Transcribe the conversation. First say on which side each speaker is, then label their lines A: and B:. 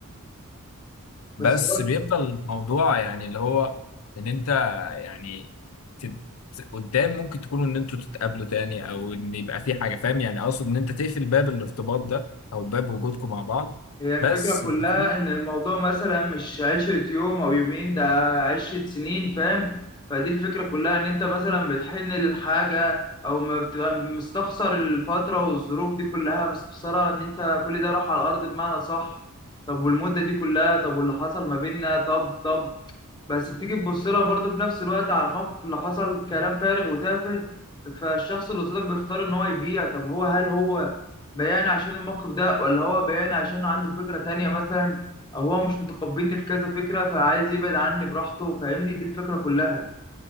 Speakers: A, on the left; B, on the left.
A: بس
B: بس هو
A: بيفضل الموضوع يعني اللي هو ان انت يعني تت... قدام ممكن تكونوا ان انتوا تتقابلوا تاني او ان يبقى في حاجه فاهم يعني اقصد ان انت تقفل باب الارتباط ده او باب وجودكم مع بعض
B: هي الفكرة
A: بس
B: كلها
A: في
B: إن الموضوع مثلا مش عشرة يوم أو يومين ده عشرة سنين فاهم فدي الفكرة كلها إن أنت مثلا بتحن للحاجة أو ما بتبقى مستخسر الفترة والظروف دي كلها مستخسرها إن أنت كل ده راح على الأرض بمعنى صح طب والمدة دي كلها طب واللي حصل ما بيننا طب طب بس بتيجي تبص لها برضه في نفس الوقت على الموقف اللي حصل كلام فارغ وتافه فالشخص اللي قصادك بيختار ان هو يبيع طب هو هل هو بياني عشان الموقف ده ولا هو بياني عشان عنده فكرة تانية مثلا او هو مش متقبلني في كذا فكرة فعايز يبعد عني براحته فاهمني دي الفكرة كلها